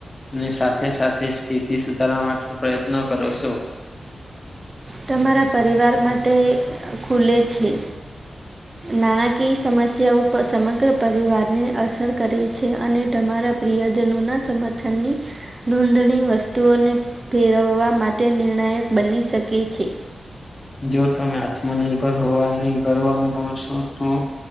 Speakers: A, on the left; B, on the right.
A: ને સાથે સાથે સ્થિતિ સુધારવા માટે પ્રયત્ન કરો સો.
B: તમારા પરિવાર માટે ખુલે છે. નાણાકીય સમસ્યાઓ પ સમગ્ર પરિવારને અસર કરે છે અને તમારા પ્રિયજનો ના સમર્થનની નોંધણી વસ્તુઓને ફેરવવા માટે નિર્ણાયક બની શકે છે.
A: જો તમે આત્મનિર્ભર હોવાને ગર્વ અનુભવ સો, તો.